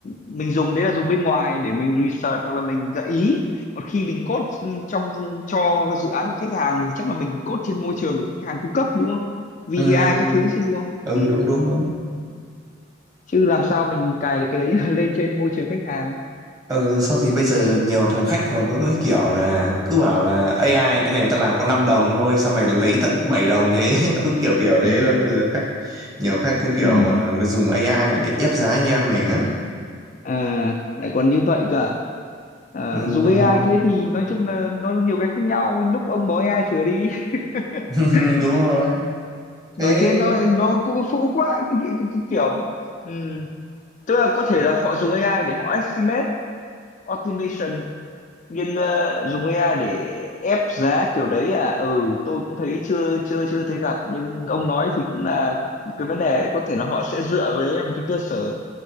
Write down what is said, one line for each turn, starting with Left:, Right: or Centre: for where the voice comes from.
Left: mình dùng đấy là dùng bên ngoài để mình research hoặc là mình gợi ý. Còn khi mình code trong cho dự án của khách hàng thì chắc là mình code trên môi trường của khách hàng cung cấp đúng không? VDI
Right: Ừm,
Left: các thứ chứ đúng không?
Right: ừ
Left: Ừ.
Right: đúng đúng đúng
Left: Chứ làm sao mình cài được cái đấy <laughs> lên trên môi trường khách hàng.
Right: ừ sau thì bây giờ nhiều thằng khách còn có cái kiểu là cứ bảo là AI cái này ta làm có 5 đồng thôi sao mày lấy tận 7 đồng thế <laughs> nó cứ kiểu kiểu
Left: Ừ.
Right: thế thôi bây giờ khách nhiều khách cũng kiểu
Left: Ừ.
Right: à, dùng AI để ép giá anh em mình á
Left: À, lại còn như vậy cơ. à? Ờ,
Right: ừ,
Left: dùng
Right: đúng
Left: AI
Right: rồi
Left: thế thì nói chung là nó nhiều cái khác nhau lúc ông bỏ AI sửa đi
Right: <laughs>
Left: <laughs>
Right: đúng rồi
Left: nói
Right: thế
Left: thế nó nó cũng phũ quá cái, cái, cái, cái kiểu ừm, tức là có thể là họ dùng AI để họ estimate automation nhưng ờ, dùng AI để ép giá kiểu đấy à ừ tôi cũng thấy chưa chưa chưa thấy gặp nhưng ông nói thì cũng là cái vấn đề ấy. có thể là họ sẽ dựa vào đấy làm cái cơ sở